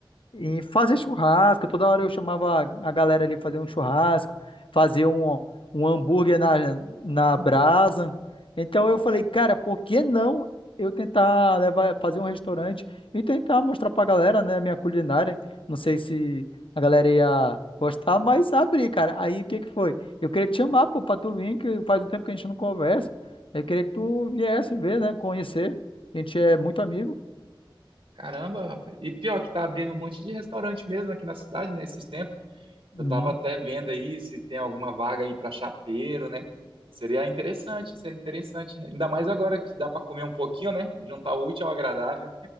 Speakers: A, on the left; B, on the right.
A: E fazer churrasco, toda hora eu chamava a a galera ali fazer um churrasco, fazer um, um hambúrguer na, na brasa. Então eu falei, cara, por que não eu tentar levar, fazer um restaurante e tentar mostrar pra galera, né, minha culinária? Não sei se a galera ia gostar, mas abri, cara. Aí o que que foi? Eu queria te chamar, pô, pra tu vir, que faz um tempo que a gente não conversa. Eu queria que tu viesse ver, né, conhecer. A gente é muito amigo.
B: Caramba, rapaz. E pior que tá abrindo um monte de restaurante mesmo aqui na cidade, né, esses tempos. Eu
A: Uhum.
B: tava até vendo aí se tem alguma vaga aí pra chapeiro, né? Seria interessante, seria interessante. Ainda mais agora que dá pra comer um pouquinho, né? Juntar o útil ao agradável.